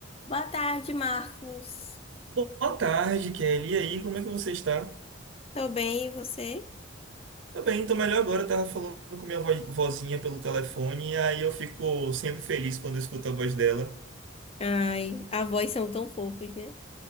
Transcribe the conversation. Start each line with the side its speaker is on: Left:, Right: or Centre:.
Left: Boa tarde, Marcos.
Right: Boa tarde, Kelly. E aí, como é que você está?
Left: Tô bem, e você?
Right: Tá bem, tô melhor agora. Eu tava falando com minha vo- vozinha pelo telefone, e aí eu fico sempre feliz quando eu escuto a voz dela.
Left: Ai, avós são tão fofos, né?